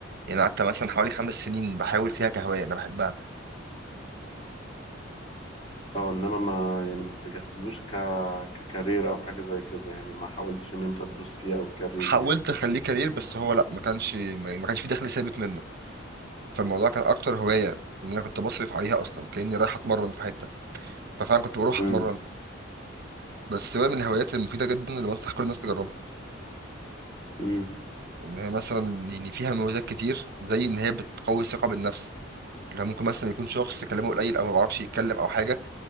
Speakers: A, on the right (about 55°); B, on the left (about 30°).
A: يعني قعدت مثلا حوالي خمس سنين بحاول فيها كهوايه انا بحبها
B: اه انما ما يعني ما اتجهتلوش ك ككارير او حاجة زي كده يعني ما حاولتش ان انت تدوس فيه او كارير
A: حاولت
B: يعني
A: اخليه كارير بس هو لا ما كانش ما ما كانش في دخل ثابت منه فالموضوع كان اكتر هوايه ان انا كنت بصرف عليها اصلا كاني رايح اتمرن في حته ففعلا كنت بروح
B: امم
A: اتمرن بس هو من الهوايات المفيده جدا اللي بنصح كل الناس تجربها
B: امم
A: ان هي مثلا يعني فيها مميزات كتير زي ان هي بتقوي الثقه بالنفس اللي هو ممكن مثلا يكون شخص كلامه قليل او ما بيعرفش يتكلم او حاجه